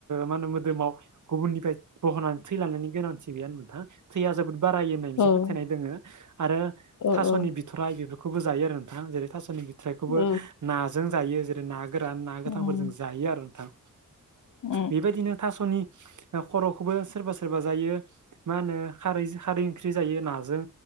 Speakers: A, on the right; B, on the left.
A: मा होनो मोदोमाव गुबुननिफ्राय बह'नानै थैलांनायनि गोनांथि गैया नोंथां थैया जोबोद बारायो होन्नानैसो फोथायनाय
B: औ
A: दोङो आरो
B: औ
A: थास'नि
B: औ
A: बिथ थराय बेफोरखौबो जायो आरो नोंथां जेरै थास' बिथरायखौबो
B: औ
A: नाजों जायो जेरै ना गोरान ना
B: उम
A: गोथांफोरजों जायो आरो नोंथां
B: उम
A: बेबायदिनो थास'नि खर'खौबो सोरबा सोरबा जायो मा होनो खारै खारै ओंख्रि जायो नाजों